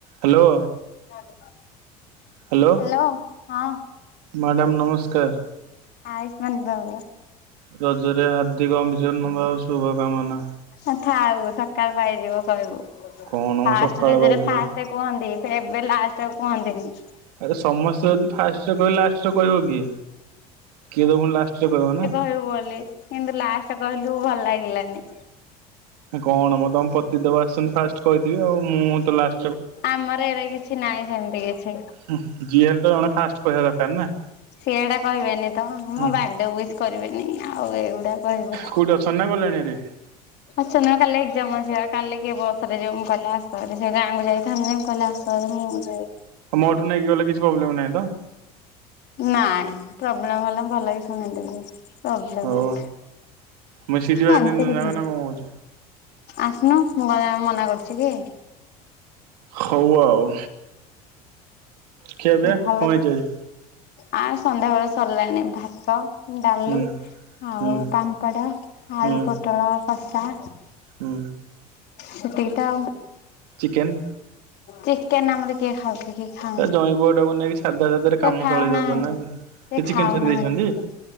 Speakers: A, on the right; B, on the left.
A: ହାଲୋ।
B: <inaudible>
A: ହାଲୋ।
B: ହ୍ୟାଲୋ ହଁ।
A: ମ୍ୟାଡ଼ାମ ନମସ୍କାର।
B: ଆୟୁଷ୍ମାନ ଭବ।
A: ରଜରେ ହାର୍ଦ୍ଦିକ ଅଭିଜନମ ଶୁଭ କାମନା।
B: ଅ ଥାଉ ସକାଳ ପାଇଯିବ କହିବୁ
A: କଣ ମ
B: ଫାଷ୍ଟ
A: ସକାଳ
B: ରଜରେ
A: ପାଇଯିବ
B: ଫାଷ୍ଟ କୁହନ୍ତି। ଏବେ ଲାଷ୍ଟରେ ଆଉ କୁହନ୍ତିନି।
A: ଆରେ ସମସ୍ତେ ଯଦି ଫାଷ୍ଟରେ କହିବେ, ଲାଷ୍ଟରେ କହିବ କିଏ, କିଏ ତ ପୁଣି ଲାଷ୍ଟରେ କହିବ ନା।
B: ହେଉ ବୋଲି କିନ୍ତୁ ଲାଷ୍ଟ କହିଲୁ ଭଲ ଲାଗିଲାନି।
A: କଣ ମ ତମ ପତି ଦେବ ଆସଛନ୍ତି। ଫାଷ୍ଟ କହିଥିବେ ଆଉ ମୁଁ ତ ଲାଷ୍ଟ
B: ଆମର ଏଇରା କିଛି ନାହିଁ ସେମିତି କିଛି।
A: ହୁଁ, ଯିଏ ହେଲେ ତ ଜଣେ ଫାଷ୍ଟ କହିବା ଦରକାର ନା।
B: ସିଏ ଏଉଡା କହିବେନି ତ ମୋ
A: ହୁଁ
B: ବାର୍ଥଡେ ୱିସ୍ କରିବେନି ଆଉ ଏଗୁଡା କହିବେ।
A: କୋଉଠି ଅଛନ୍ତି ନା ଗଲେଣି ହେରି
B: ଆଚ୍ଛା! ନା କାଲି ଏକ୍ଜାମ ଅଛିବା କାଲି କିଏ ବସରେ ଯିବ ମୁଁ କହିଲି ହଁ ଆସଭାରି ସେ ଗାଁକୁ ଯାଇଥାନ୍ତି ଯେ କହିଲା କଲି ମୁଁ ଯେ
A: ମୋ ଠୁ ନେଇକି ଗଲେ କିଛି ପ୍ରୋବଲେମ୍ ନାହିଁ ତ?
B: ନାଇଁ ପ୍ରୋବ୍ଲେମ ହେଲେ ଭଲ କିି ଶୁଣେଇଦେବି। ପ୍ରୋବଲେମ୍,
A: ହଉ ମୁଁ ସିରି ବାହାରି
B: ଆଉତ
A: ତିନି ଜଣ
B: କିଛି
A: ଯାକ ନା କଣ କହୁଛ?
B: ଆସୁନ ମୁଁ କଣ ତତେ ମନା କରୁଛି କି?
A: ହଉ ଆଉ। ଖିଆ ପିଆ
B: ଭଲ,
A: କଣ ହେଇଛି ଆଜି?
B: ଆ ସନ୍ଧ୍ୟାବେଳେ ସରିଲାଣି ଭାତ ଡାଲି,
A: ହୁଁ
B: ଆଉ
A: ହୁଁ
B: ପାମ୍ପଡ଼,
A: ହୁଁ
B: ଆଳୁ ପୋଟଳ କଷା,
A: ହୁଁ।
B: ସେତିକିତ ଆଉ
A: ଚିକେନ୍
B: ଚିକେନ୍ ଆମର କିଏ ଖାଉଛି କି? ଖାଉନି
A: ଏ ଜଇଁ ପୁଅଟାକୁ ନେଇକି ସାଧା ସାଧାରେ
B: ସେ
A: କାମ
B: ଖାଉ
A: ଚଳେଇ
B: ନାହାନ୍ତି।
A: ଦଉଛନ୍ତି ନାଇଁ କି?
B: ସେ
A: ଚିକେନ
B: ଖାଉନାହାନ୍ତି
A: ଛାଡି ଦେଇଛନ୍ତି
B: ଚିକେନ୍।